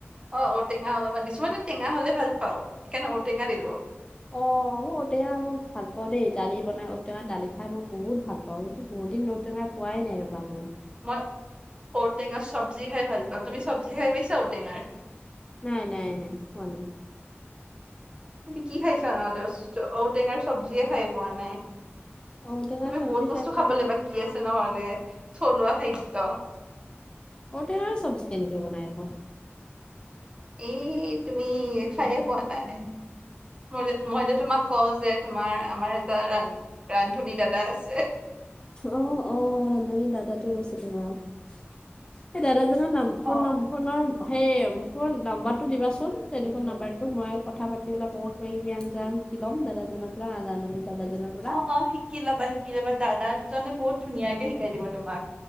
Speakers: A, on the right; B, on the left.
A: অ ঔটেঙা অলপমান দিছো মানে টেঙা হলে ভাল পাও সেইকাৰণে ঔটেঙা দিলোঁ।
B: অ', ঔ টেঙা মই ভাল পাওঁ দেই দালি বনাই ঔ টেঙা দালি খাই মই বহুত ভাল পাওঁ কিন্তু বহুত দিন ঔটেঙা খোৱাই নাই ৰ'বা মই।
A: মই ঔটেঙা চব্জি খাই ভাল পাওঁ তুমি চব্জি খাই পাইছা ঔটেঙাৰ।
B: নাই নাই নাই খোৱা নাই।
A: তুমি কি খাইছা নহ'লে ঔটেঙাৰ চব্জিয়ে খাই পোৱা নাই।
B: ঔটেঙাৰ
A: তুমি
B: চব্জি
A: বহুত
B: খাই
A: বস্তু
B: পোৱা
A: খাবলৈ
B: নাই।
A: বাকী আছে নহলে থলুৱা খাদ্য।
B: ঔটেঙা চব্জি কেনেকে বনাই আ ক।
A: এই তুমি খাইয়ে পোৱা নাই। মই যে মই যে তোমাক কও যে তোমাৰ আমাৰ এটা ৰা ৰান্ধনী দাদা আছে।
B: অ, অ, ৰান্ধনীৰ দাদাতোৱে কৈছে তোমাক, সেই দাদাজনৰ নাম
A: অ
B: ফোন নম্বৰ ফোনৰ সেই ফোন নাম্বাৰটো দিবাচোন টেলিফোন নাম্বাৰটো মই কথা পাতিবলে কওঁ। কিবা কিবি আঞ্জা শিকি ল'ম দাদাজনৰ পৰা নাজানা দাদাজনক
A: অ, অ, শিকি ল'বা শি শিকি লবা দাদাজনে বহুত ধুনীয়াকে শিকাই দিব তোমাক